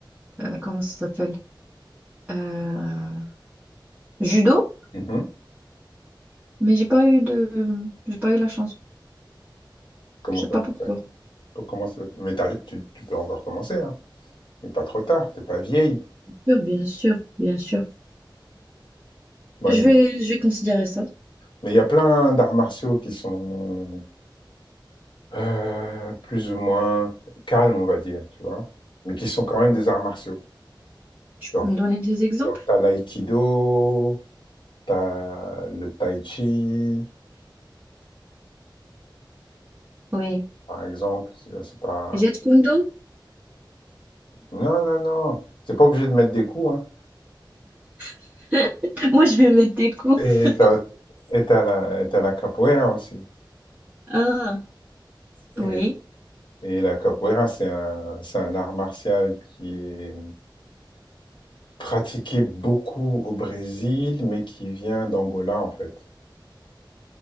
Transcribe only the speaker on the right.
euh, comment ça s'appelle? Euh, Judo,
mais j'ai pas eu de, j'ai pas eu la chance.
Je sais
pas
pourquoi.
Bien sûr, bien sûr, bien sûr.
Je
vais, je vais considérer ça.
Tu
peux me donner des exemples?
Oui.
Jet Kundo?
<laughs> Moi, je vais mettre des coups.
<laughs>
Ah,
oui,